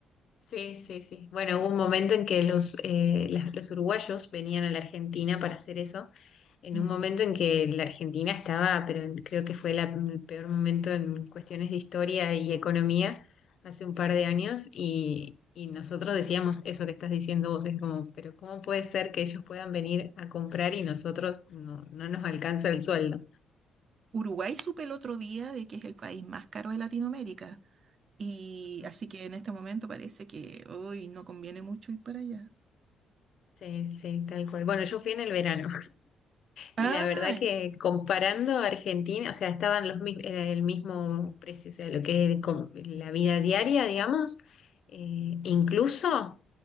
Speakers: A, on the left (about 65°); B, on the right (about 50°).
A: Sí, sí, sí. Bueno, hubo un momento en que los, eh, las- los uruguayos venían a la Argentina para hacer eso, en
B: Mm.
A: un momento en que la Argentina estaba, pero en- creo que fue la- el peor momento en cuestiones de historia y economía hace un par de años y, y nosotros decíamos eso que estás diciendo vos, es como, pero ¿cómo puede ser que ellos puedan venir a comprar y nosotros no, no nos alcanza el sueldo?
B: Uruguay supe el otro día de que es el país más caro de Latinoamérica. Y
A: Ujú.
B: así que en este momento parece que hoy no conviene mucho ir para allá.
A: Sí, sí, tal cual. Bueno, yo fui en el verano.
B: Ah,
A: Y la verdad que comparando a Argentina, o sea, estaban los, mi- era el mismo precio, o sea, lo que es com- la vida diaria, digamos, eh, incluso,